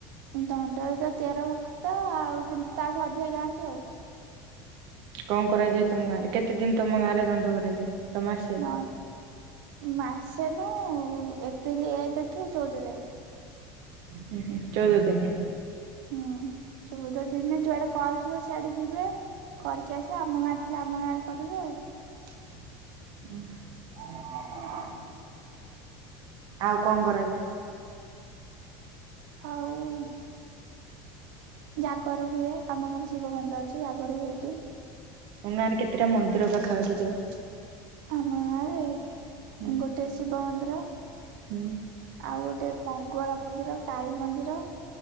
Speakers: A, on the right; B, on the right.
A: ଦଣ୍ଡରେ ତ ତେର ଭକ୍ତ ଆଉ କିନ୍ତୁ ତାଠୁ ଅଧିକା ଯାଆନ୍ତି ଆଉ।
B: କଣ କରାଯାଏ ତମ ଗାଁରେ କେତେ ଦିନ ତମ ଗାଁରେ ଦଣ୍ଡ କରାଯାଏ? ପୁରା ମାସେ?
A: ନ ମାସେ ନୁ ଏପ୍ରିଲ ଏକଠୁ ଚଉଦ ଯାଏ।
B: ହୁଁ ହୁଁ ଚଉଦ ଦିନି।
A: ହୁଁ ଚଉଦ ଦିନ ଯୋଆଡେ କଲ୍ ଥିବ ସିଆଡେ ଯିବେ। କରିକି ଆସିବେ ଆମ ଗାଁରେ ଥିଲେ ଆମ ଗାଁରେ କରିବେ ଆଉ।
B: <inaudible> ଆଉ କଣ କରାଯାଏ?
A: ଆଉ। ଜାଗର ହୁଏ ଆମ ଗାଁରେ ଶିବ ମନ୍ଦିର ଅଛି ଜାଗର ସେଇଠି।
B: ତମ ଗାଁରେ କେତିଟା ମନ୍ଦିର ପାଖାପାଖି ଥିବ?
A: ଆମ ଗାଁରେ
B: ହୁଁ
A: ଉଁ ଗୋଟେ ଶିବ ମନ୍ଦିର
B: ହୁଁ।
A: ଆଉ ଗୋଟେ ମଙ୍ଗଳା ମନ୍ଦିର କାଳୀ ମନ୍ଦିର